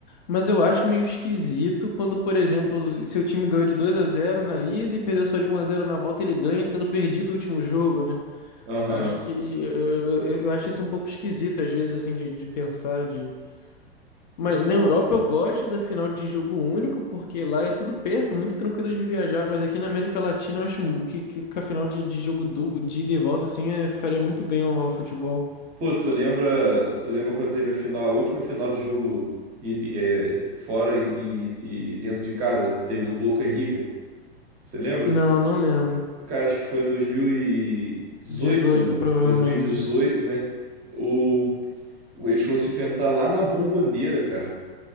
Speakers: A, on the left; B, on the right.
A: mas eu acho meio esquisito quando, por exemplo, seu time ganhou de 2 a zero na ida e perdeu só de um a zero na volta, ele ganha tendo perdido o último jogo, né?
B: Aham.
A: Eu acho que eu, eu, eu acho isso um pouco esquisito às vezes assim de, de pensar de mas
B: Mas
A: na
B: o bom.
A: Europa eu gosto da final de jogo único porque lá é tudo perto, muito tranquilo de viajar, mas aqui na América Latina eu acho mu- que, que, que a final de, de jogo du- de ida e volta assim é- faria muito bem ao, ao futebol.
B: Pô, tu lembra, tu lembra quando teve a final, a última final de jogo e, é, fora e, e- e dentro de casa, que teve do Boca e River? Você lembra?
A: Não, não lembro.
B: Cara, acho que foi em dois mil e dezoito
A: dezoito provavelmente.
B: dois mil e dezoito, né? O Eles foram se enfrentar lá na Bomboneira, cara.